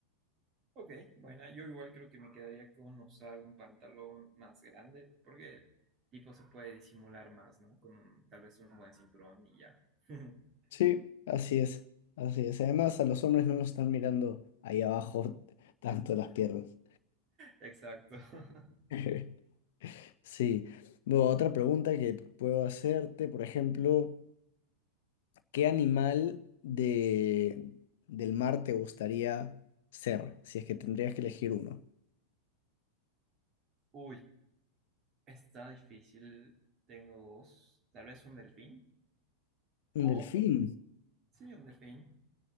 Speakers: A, on the right; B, on the left.
A: Ok, bueno, yo igual creo que me quedaría con usar un pantalón más grande, porque tipo se puede disimular más, ¿no? Con un- tal vez un buen cinturón y ya. <laughs>
B: Sí, así es, así es. Además, a los hombres no nos están mirando ahí abajo <laughs> tanto las piernas.
A: Exacto. <laughs>
B: <laughs> Sí. Bueno, otra pregunta que puedo hacerte, por ejemplo. ¿Qué animal de, del mar te gustaría ser? Si es que tendrías que elegir uno.
A: Uy, está difícil. Tengo dos. Tal vez un delfín.
B: Un
A: O,
B: delfín.
A: sí, un delfín.